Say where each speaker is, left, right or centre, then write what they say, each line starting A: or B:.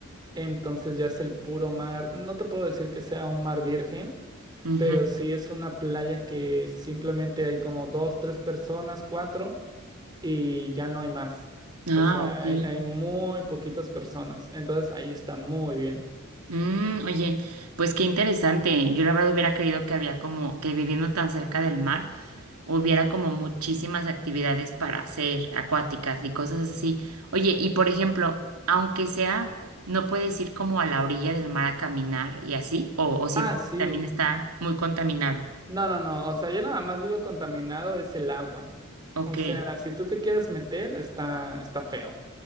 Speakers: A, on the right (about 20°); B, on the right (about 80°).
A: Entonces ya es el puro mar. No te puedo decir que sea un mar virgen,
B: ujú.
A: pero sí es una playa que simplemente hay como dos, tres personas, cuatro, y ya no hay más.
B: Ah,
A: O sea,
B: ok.
A: hay, hay muy poquitas personas. Entonces ahí está muy bien.
B: Mm, oye, pues qué interesante. Yo la verdad hubiera creído que había como que viviendo tan cerca del mar hubiera como muchísimas actividades para hacer, acuáticas y cosas así. Oye, y por ejemplo, aunque sea, ¿no puedes ir como a la orilla del mar a caminar y así? ¿O, o sientes
A: Ah, sí.
B: que también está muy contaminado?
A: No, no, no. O sea, yo nada más digo contaminado es el agua.
B: Ok,
A: O sea, si tú te quieres meter, está, está feo.